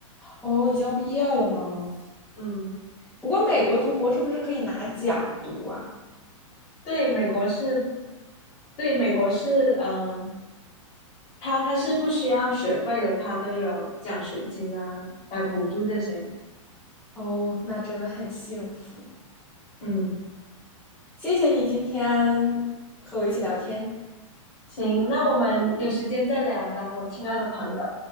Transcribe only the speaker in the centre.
哦，已经要毕业了吗？
不过美国读博是不是可以拿奖读啊？
哦，那真的很幸福。
谢谢你今天和我一起聊天。